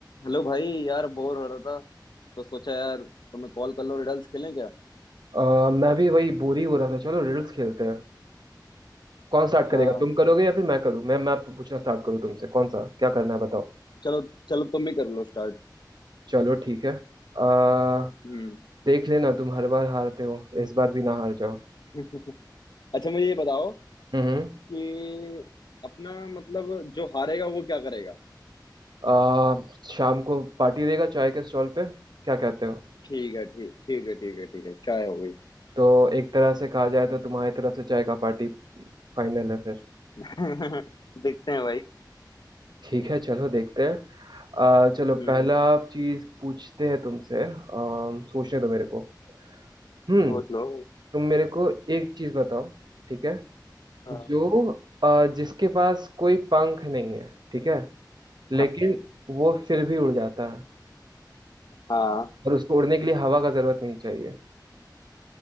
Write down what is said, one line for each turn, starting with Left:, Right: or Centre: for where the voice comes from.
Left: Hello भाई यार bore हो रहा था तो सोचा यार तुम्हें कॉल कर लो रिडल्स खेलें क्या
Right: अ, मैं भी वही बोर ही हो रहा था चलो रिडल्स खेलते हैं कौन स्टार्ट करेगा
Left: हाँ
Right: तुम करोगे या फिर मैं करूँ मैं मैं पूछना स्टार्ट करूँ तुमसे कौन सा क्या करना है बताओ
Left: चलो चलो तुम ही कर लो स्टार्ट
Right: चलो ठीक है आ,
Left: हम्म
Right: देख लेना तुम हर बार हारते हो इस बार भी ना हार जाओ
Left: <laughs> अच्छा मुझे ये बताओ
Right: हम्म
Left: कि अपना मतलब जो हारेगा वो क्या करेगा
Right: आ, शाम को पार्टी देगा चाय के स्टॉल पे क्या कहते हो
Left: ठीक है ठीक ठीक है ठीक है ठीक है चाय हो गई
Right: तो एक तरह से कहा जाए तो तुम्हारी तरफ से चाय का पार्टी फाइनल है फिर
Left: <laughs> देखते हैं भाई
Right: ठीक है चलो देखते हैं आ, चलो
Left: हम्म
Right: पहला चीज पूछते हैं तुमसे आ, सोचने दो मेरे को हम्म
Left: सोच लो
Right: तुम मेरे को एक चीज बताओ ठीक है
Left: हाँ
Right: जो अ, जिसके पास कोई पंख नहीं है ठीक है लेकिन
Left: हाँ
Right: वो फिर भी उड़ जाता है
Left: हाँ
Right: और उसको उड़ने के लिए हवा का जरूरत नहीं चाहिए